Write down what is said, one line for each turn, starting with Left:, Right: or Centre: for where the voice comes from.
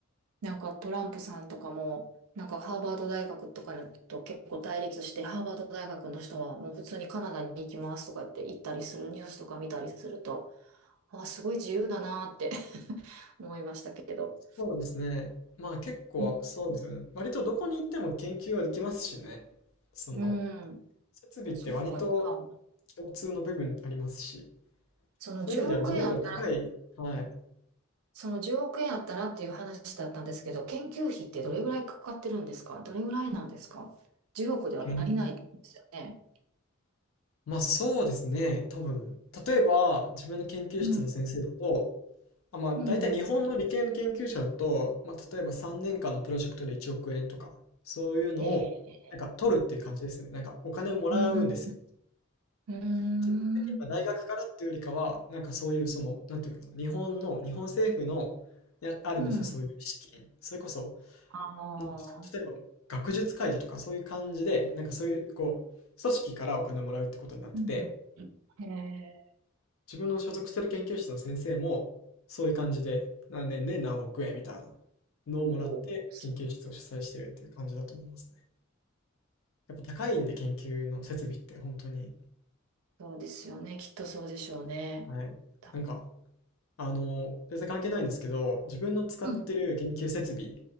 Right: なんかトランプさんとかも、なんかハーバード大学とかと結構対立して、ハーバード大学の人はもう普通にカナダに行きますとかって言ったりするニュースとか見たりすると、あ、すごい自由だなって <laughs> 思いましたけど。
Left: そうですね。まあ結構そうですよね。
Right: うん、
Left: 割とどこに行っても研究はできますしね。その、
Right: うん、
Left: 設備って割と
Right: そっか。じゃあ
Left: 共通の部分ありますし、
Right: その10億円あったら、
Left: そういう意味では自由度高い、はい、
Right: その10億円あったらっていう話だったんですけど、研究費ってどれぐらいかかってるんですかどれぐらいなんですか ?10 億では足りないですよね。
Left: 研まあそうですね、多分。例えば、自分の研究室の先生だと、
Right: うん。
Left: あ、まあ、大体日本の理系の研究者だと、
Right: うん。
Left: まあ、例えば3年間のプロジェクトで1億円とか、そういうのを、
Right: ええ
Left: なんか取るっていう感じですね。なんかお金をもらうんですよ。
Right: うんうん。うーん。
Left: 基本的には大学からっていうよりかは、なんかそういうその、なんていうのかな、日本の、日本政府の、いやあるんですよ、
Right: うん。
Left: そういう資金。それこそ、
Right: あ
Left: なんていうんですか、
Right: あ。
Left: 例えば学術会議とかそういう感じで、なんかそういう、こう、組織からお金をもらうってことになってて、
Right: うんええ
Left: 自分の所属する研究室の先生も、そういう感じで、何年で何億円みたいなのをもらって、
Right: おー
Left: 研究室を主催してるっていう感じだと思いますね。やっぱ高いんで、研究の設備ってほんとに。
Right: そうですよね。きっとそうでしょうね。
Left: はい。
Right: だ
Left: なんか、あの、全然関係ないんですけど、自分の使ってる研究設備、
Right: うん。